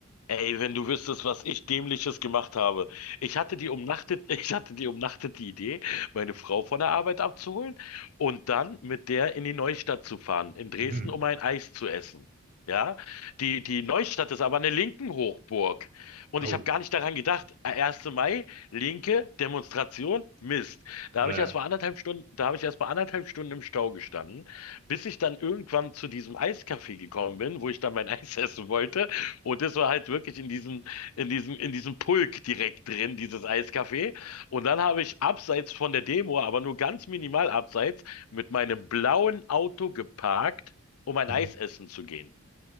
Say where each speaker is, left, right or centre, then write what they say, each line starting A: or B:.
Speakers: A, on the left; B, on the right.
A: ey, wenn du wüsstest, was ich Dämliches gemacht habe. Ich hatte die umnachtet, <laughs> ich hatte die umnachtete Idee, meine Frau von der Arbeit abzuholen und dann mit der in die Neustadt zu fahren, in Dresden,
B: Mhm.
A: um ein Eis zu essen. Ja, die, die Neustadt ist aber eine linken Hochburg. Und
B: Oh,
A: ich habe gar nicht daran gedacht, 1. Mai, linke Demonstration, Mist. Da
B: naja.
A: habe ich erst mal anderthalb Stunden, da habe ich erst mal anderthalb Stunden im Stau gestanden bis ich dann irgendwann zu diesem Eiscafé gekommen bin, wo ich dann mein <laughs> Eis essen wollte. Und das war halt wirklich in diesem, in diesem, in diesem Pulk direkt drin, dieses Eiscafé. Und dann habe ich abseits von der Demo, aber nur ganz minimal abseits, mit meinem blauen Auto geparkt, um ein
B: Mhm.
A: Eis essen zu gehen.